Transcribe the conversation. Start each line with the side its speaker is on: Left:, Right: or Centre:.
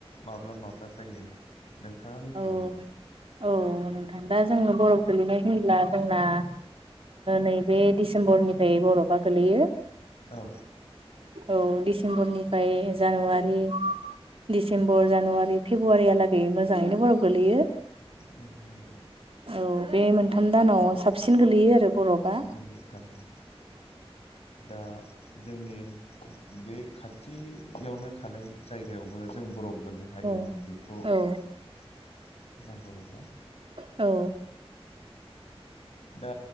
Left: माब्ला माब्ला जायो नोंथाङा मिथिगौ
Right: औ
Left: नामा?
Right: औ नोंथां दा जोङो बरफ गोलैनाय होनब्ला जोंना नैबे डिसेम्बरनिफ्राय बर'फआ गोलैयो।
Left: औ
Right: औ डिसेम्बर निफ्राय जानुवारि दिडिसेम्बर जानुवारि फेब्रुवारिया लागै मोजाङैनो बरफ गोलैयो।
Left: उम नंगौ।
Right: औ बे मोनथाम दानाव साबसिन गोलैयो आरो। बरफआ
Left: नंगौ थारैनो दा जोंनि बे खाथि यावनो थानाय जायगायावबो जों बरफ मोननो हायो
Right: औ
Left: बेखौ
Right: औ
Left: नायहरोब्ला
Right: औ।
Left: दा